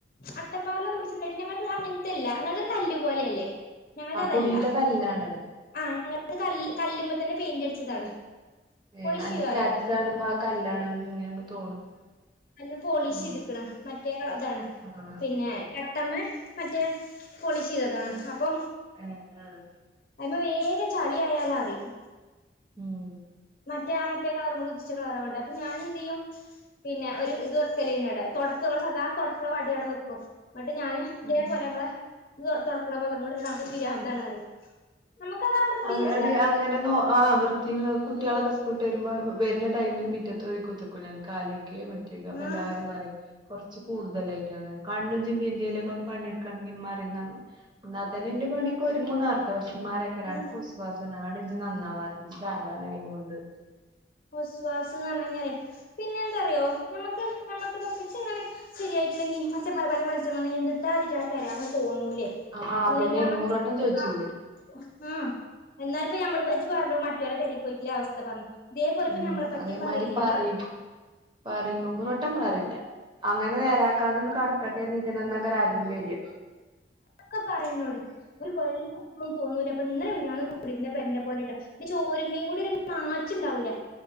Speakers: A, on the left; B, on the right.
A: അട്ടപ്പാറിലൊന്നും പിടിച്ണ് ഇല്ലടി ഞങ്ങൾത് അങ്ങൻത്തെല്ല ഇങ്ങൾത് ഒരു കല്ല്പോലെ അല്ലേ ഞങ്ങൾത്
B: ആ
A: അതല്ല
B: കുടീത്തെ കല്ലാണ്
A: ആഹ് ഞങ്ങത് കല്ല് കല്ലുമ്മതന്നെ പെയിന്റ് അടിച്ചതാണ്
B: ഏഹ്
A: പോളിഷ്
B: അന്റെ
A: ചെയ്യാലോ
B: സ്റ്റാറ്റസ് കാണുമ്പോൾ അത് കല്ലാണ്ങ്ങനെ തോന്നും
A: കല്ല് പോളിഷ്
B: ഉം
A: ചെയ്ത്ക്ക്ണ് മറ്റേ കള ഇതാണ്
B: ആഹ്
A: പിന്നെ കട്ടമ്മേ മറ്റേ പോളിഷ് ചെയ്തതാണ് അപ്പൊ
B: ആഹ് ആഹ്
A: അയ്മ്മേ വേഗം ചളിആയാല് അറിയും
B: ഉം
A: മറ്റേ ആഹ് മറ്റേ കളറും കൂടി ഉദിച്ച കളറാവേണ്ട് അപ്പൊ ഞാൻ എന്ത് ചെയ്യും പിന്നെ ഒരു ഇത് വെക്കലേന്ന് അവ്ടെ തുടപ്പ് നമ്മൾ സാധാ തുടക്കണ വടിയവടെ വെക്കും ഇന്നിട്ട് ഞാന് ഇതേപോലെ
B: ഉം
A: നമ്മള തൊ തൊട്ക്ക്ണ പോലെ തന്നെ ന്നട്ട് ഇഞ്ഞോട് പറിം അൻക്ക് പിരാന്താണ് പറിം നമുക്കതത്ര തിരിച്ചു
B: അങ്ങടി അങ്ങനെ നോ ആഹ് വൃത്തിൽ കുട്ടികളൊക്കെ സ്കൂൾട്ട് വരുമ്പോ വരുന്ന ടൈമിൽ മിറ്റത്ത് പോയി കുത്തരാക്കും ഞാന് കാല് കൈകി <unintelligible> അപ്പൊ
A: ആഹ്
B: എല്ലാരും പറയും കൊർച്ച് കൂടുതലായിട്ടാണ് കണ്ണും ചിമ്പി എന്ത്യയിലൊക്കെ പണിഎടു കന്നിം മറിന്ന ന്നാ തന്നെ ഇൻ്റെ പണിഒക്കൊര്ങ്ങും ന്നർത്ഥം പക്ഷെ ഇമ്മ <unintelligible>
A: ആഹ്
B: <unintelligible>
A: വസ്വാസ്ന്ന് ർഞ്ഞയ്ഞ്ഞാലേ പിന്നെ എന്താറിയോ ഞമ്മക്ക് നമ്മക്ക്തൊക്ക ഇച്ച് ഇങ്ങനെ ശരിയായിട്ടില്ലെങ്കിൽ മറ്റേ പല പല മനുഷ്യൻ വന്നയ്ഞ്ഞാ എന്ത്‌താ ഇതി റ്റെങ്ങളെ പെരാന്ന് തോന്നൂലേ
B: ആഹ്
A: ഒന്നില്ലെങ്കി
B: അതന്നെ
A: ആ
B: നൂറ്‌വട്ടം ചോയ്ച്ചീലേ
A: ആഹ് ആഹ് എന്നാല ഇപ്പ ഞമ്മള് ഇജ്ജ് പറഞ്ഞു മറ്റോലെ പെരീക്ക് പോയിട്ട് ഉള്ള അവസ്ഥ പറഞ്ഞു ഇതേപലെ
B: ഉം
A: ഇപ്പോ നമ്മളെ പറ്റിയും
B: അതേമാതിരി
A: പറയില്ലേ
B: പറയും
A: നമ്മ
B: പറയും നൂറ്‌വട്ടം പറിലെ അങ്ങനെ നേരാക്കാതെന്ന് കടക്ക <unintelligible> നന്നാക്കാനാരെങ്കിലും വര
A: ഒക്കെ പറയുന്നോട് ഒരു കൊല്ലയ്ക്കുണു തോന്നൂലപ്പ ഇന്നലെ മിനിഞ്ഞാന്ന് കൂടിരുന്ന പെരന്റെ പോലെ ട്ടോ എന്റെ ചോര് മ്മയും കൂടി ഒരു മാച്ച് ഉണ്ടാവില്ല